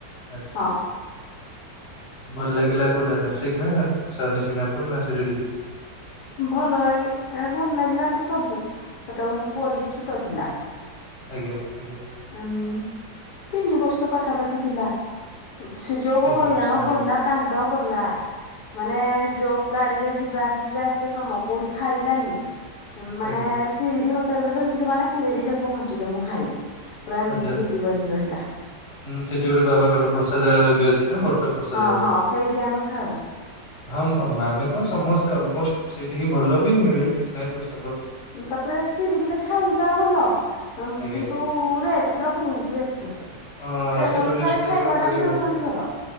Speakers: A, on the left; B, on the left.
A: ଆଚ୍ଛା।
B: ହଁ।
A: ଭଲ ଲାଗିଲା କୋଉଟା ନାଶିକ ନା ଶନି ସିଗ୍ନାପୂର୍ ନା ସିରିଡି?
B: ଭଲ ଲାଗି ଏ ଭଲ ଲାଗିଲା ତ ସବୁ, ହେତେବେଳେ ମୋ ପୁଅ ଟିକେ ଛୋଟ ଥିଲା।
A: ଆଜ୍ଞା, ଆଜ୍ଞା।
B: ଉଁ ତିନି ବର୍ଷ ପାଖା ପାାଖି ଥିଲା। ସେ ଯୋଉ
A: ତିନି
B: ହଇରାଣ
A: ବର୍ଷ ଆଜ୍ଞା
B: କଲା କାନ୍ଦ କଲା, ମାନେ ଯୋଉ ଗାଡିରେ ଯି ସିଇଏ ବା ଏତେ ସମୟ କୋଉଠି ଖାଇଲାନି, ମାନେ
A: ଆଜ୍ଞା।
B: ସିରିଡି ହ ହୋଟେଲରେ ରହିଥିଲୁ ମାନେ ସିରିଡି ରେ ପହଞ୍ଚିଲେ ମୁଁ ଖାଇବି। ପୁରା ଏମିତି
A: ଆଚ୍ଛା ଆଚ୍ଛା।
B: ଜିଦି କରିକି ରହିଲା
A: ହଁ ସେଠି ଗୋଟେ ବାବାଙ୍କର ପ୍ରସାଦ ଆଳୟ ବି ଅଛି। ନା ବଡ଼ ପ୍ରସାଦଳୟ,
B: ହଁ ହଁ ସେଇଠି ଆମେ ଖାଉ
A: ହଁ ମୋ ଆମେ ତ ସମସ୍ତେ ଅଲମଷ୍ଟ। ସେଇଠି ହିଁ ଭଲ ବି ମିଳେ କିଛି ନାହିଁ ପ୍ରସ
B: ତାପରେ ସିରିଡିରେ ଖାଇବା ଭଲ । ଓମ
A: ଆଜ୍ଞା
B: କିନ୍ତୁ? ପୁରା ରେଟ ପୁରା ବହୁତ୍ ଏକ୍ସସ୍ ସେ
A: ଅ
B: ରେଟ
A: ସେ
B: ଅନୁସାରେ
A: ଟୁରିଷ୍ଟ ପ୍ଲେସ୍
B: ଖାଇବା
A: ତ କରିବେ
B: ଟା ବି ଦଉଛନ୍ତି
A: ଆଜ୍ଞା
B: ଭଲ।